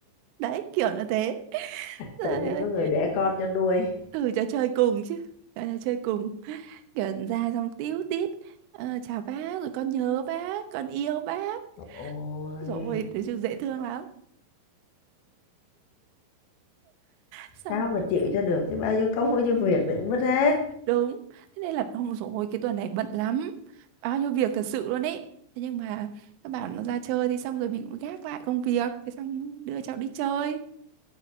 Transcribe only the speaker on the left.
Tự nhiên
có người đẻ con cho nuôi.
Ôi,
sao mà chịu cho được chứ bao nhiêu công bao nhiêu việc thì cũng mất hết.